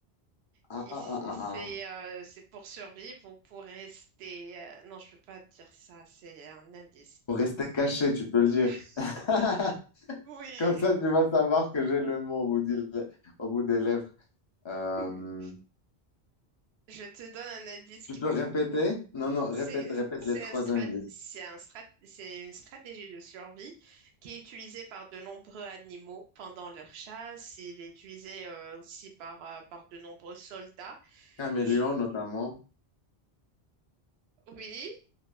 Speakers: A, on the right; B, on the left.
A: Et
B: ah,
A: c-
B: ah, ah,
A: c'est
B: ah. ah.
A: euh, c'est pour survivre ou pour rester. euh, Non, je peux pas dire ça, c'est un indice.
B: Pour rester caché, tu peux le dire.
A: <laughs>
B: <laughs>
A: Oui,
B: Comme ça, tu vas savoir que j'ai le mot au bout du- au bout des lèvres. Euh,
A: oui. Je te donne un indice
B: tu
A: qui
B: peux
A: va
B: répéter?
A: con.
B: Non, non,
A: C'est
B: répète, répète
A: c'est
B: les trois
A: un strat...
B: indices.
A: c'est un strat... c'est une stratégie de survie qui est utilisée par de nombreux animaux pendant leur chasse. Il est utilisé euh, aussi par euh, par de nombreux soldats.
B: Caméléon
A: Je-
B: notamment.
A: Oui,